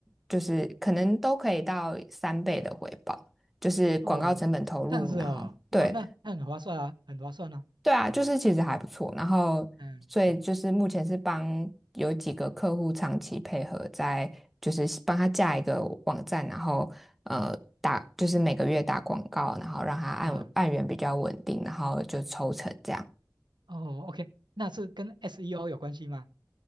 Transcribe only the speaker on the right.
哦这样子哦，
哇，那那很划算啊，很划算啊，
嗯
嗯嗯，
哇，
哦 OK，那是跟 SEO 有关系吗？